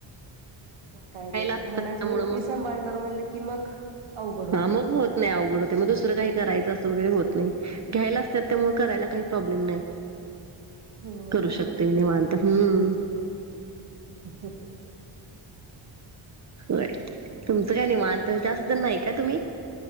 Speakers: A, on the right; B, on the right.
A: मग काय नाही,
B: असतात
A: मला वाटलं
B: त्यामुळे
A: एकटी
B: मग
A: सांभाळणार म्हणलं की मग अवघड होतय.
B: हां, मग होत नही, अवघड होत मग दुसरं काही करायचं असं वगैरे होत नही, घ्यायला असतात, त्यामुळे करायला काही प्रॉब्लेम नाही.
A: हो
B: करू
A: बरोबर
B: शकते म
A: की.
B: निवांत, हम्म.
A: व <unintelligible>
B: व्हय, तुमचं काय निवांत, जास्त जण नाही का, तुम्ही?